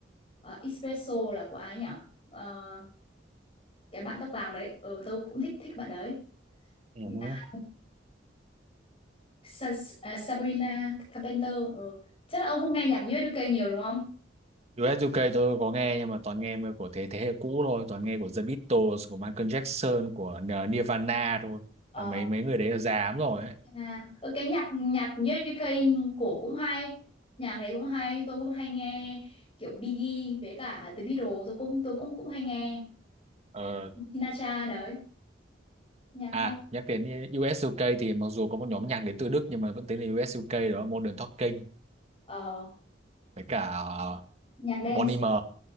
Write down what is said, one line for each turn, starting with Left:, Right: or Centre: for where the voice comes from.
Left: ờ, Espresso là của ai nhỉ Ờ, cái bạn tóc vàng đấy ừ, tôi cũng thích thích bạn đấy
Right: Ừ.
Left: Nhạc-
Right: hứ.
Left: Sa- à, Sabrina Carpenter ừ. chắc là ông không nghe nhạc US UK nhiều đúng không
Right: u UK tôi có nghe nhưng mà toàn nghe mà của thế thế hệ cũ thôi toàn nghe của The Beatles của Michael Jackson của Nirvana thôi
Left: Ờ.
Right: mà mấy mấy người đấy là già lắm rồi ấy.
Left: À, ờ, cái nhạc nhạc Jericho cổ cũng hay nhạc đấy cũng hay tôi cũng hay nghe kiểu Biggie với cả The Beatles tôi cũng tôi cũng cũng hay nghe
Right: Ờ,
Left: Sinatra đấy nhạc hay
Right: À, nhắc đến US UK thì mặc dù có một nhóm nhạc đến từ Đức nhưng mà vẫn tính là US UK đó là Modern Talking
Left: ờ
Right: với cả uh,
Left: nhạc dance
Right: Bon Iver